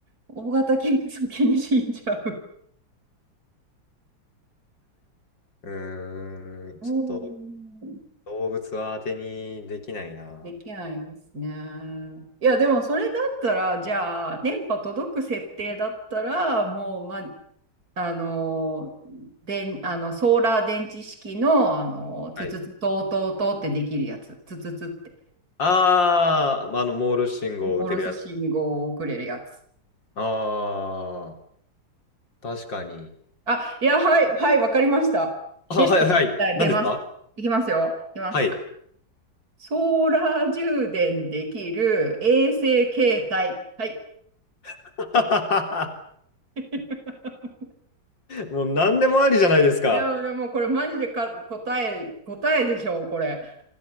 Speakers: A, on the right; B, on the left.
A: 大型犬が先に死んじゃう。
B: うーん、
A: うん
B: ちょっと動物は当てにできないな。
A: できないですね。いや、でもそれだったら、じゃあ、電波届く設定だったら、もう、ま、あの、電あの、ソーラー電池式の、あの、つつつ、
B: はい。
A: とうとうとうってできるやつ。つつつって。
B: あー、まあの、モールス信号を打てるやつ。
A: モールス信号を送れるやつ。
B: あー、確かに。
A: あ、いや、はい、はい、わかりました。
B: あ、
A: ベストですはい出ます。
B: はいはい。何ですか
A: いきますよ。いきます。
B: はい。
A: ソーラー充電できる衛星携帯。はい。
B: <laughs>
A: <laughs>
B: もう何でもありじゃないですか。
A: いや、でもこれマジでか答え、答えでしょう、これ。